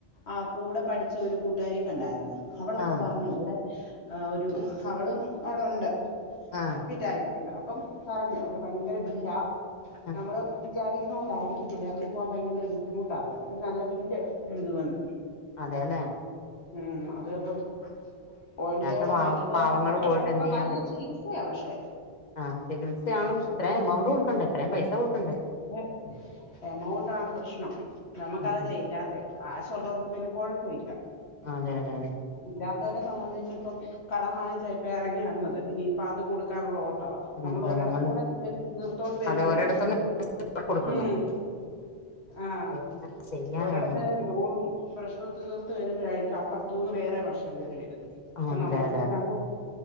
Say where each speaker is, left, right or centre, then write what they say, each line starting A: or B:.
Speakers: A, on the left; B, on the left.
A: ആഹ് കൂടെ പഠിച്ച ഒരു കൂട്ടുകാരിയെ കണ്ടായിര്ന്ന് അവളപ്പം
B: ആഹ്
A: പറഞ്ഞു വിടെ ആഹ് ഒരു അവളും അവിടെ ഉണ്ട്
B: ആഹ്
A: അട്മിറ്റായി ട്ട്ണ്ട് അപ്പം പറഞ്ഞു അവിടെ ഭയെങ്കെര ബില്ലാ
B: ആഹ്
A: നമ്മള് വിചാരിക്കുന്ന പോലെ ആയിരിക്കത്തില്ല <unintelligible> പ്പം ഭയങ്കര ബുദ്ധിമുട്ടാന്ന് അവര് നല്ല ബില്ല് എഴ്തുവെന്ന്
B: അതേലേ
A: ഉം അത് അപ്പം ഓൾറെഡി
B: ഇല്ലാത്ത
A: അവിടെ
B: പാവ
A: ചെല്ലുന്നവർക്ക്
B: പാവങ്ങള്
A: അത്ര
B: പോയിട്ട്
A: അത്ര
B: എന്ത് ചെയ്യാൻ
A: നല്ല
B: പറ്റും
A: ചികിത്സയാ പക്ഷെ
B: ആഹ് ചികിത്സയാണ് പക്ഷെ ത്രേ എമൗണ്ട് കൊട്ക്കണ്ടേ ഇത്രേം പൈസ കൊട്ക്കണ്ടേ
A: ങ്ങേ എമൗണ്ടാണ് പ്രശ്നം നമുക്ക്
B: ഉം
A: അതല്ലേ
B: ഉം
A: ഇല്ലാത്തെ കാശുള്ളവർക്ക് പിന്നെ കൊഴപ്പവില്ല
B: ആഹ് അതെ അതെ അതെ
A: ഇല്ലാത്തവരെ സംബന്ധിച്ച് ഇപ്പം കടം വാങ്ങിച്ച ഇപ്പ എറെങ്ങി വന്നെത് ഇനിയിപ്പ അത് കൊട്ക്കാനുള്ള ഓ ട്ടവാ
B: ഉം
A: നമ്മളൊരടത്തൂടെ
B: അതെ നമ്മള്
A: <unintelligible> തീർത്തോണ്ട് വെര്മ്പഴേ
B: അതെ ഒരിടത്തുന്ന് കൊടുക്കുന്നു
A: ഹും ആഹ്
B: എന്നാ ചെയ്യാനാന്ന്
A: ഒരെടെത്ത്
B: പറ
A: ലോണും പ്രശ്നം തീർത്ത് വര്മ്പഴായിരിക്കും അപ്പർത്തൂന്ന് വേറെ പ്രശ്നം കേറി വര്ന്നെ
B: ആഹ്
A: അപ്പം
B: അതെ
A: നമ്മക്ക്
B: അതെ
A: എല്ലാം
B: അതെ
A: കൂടെ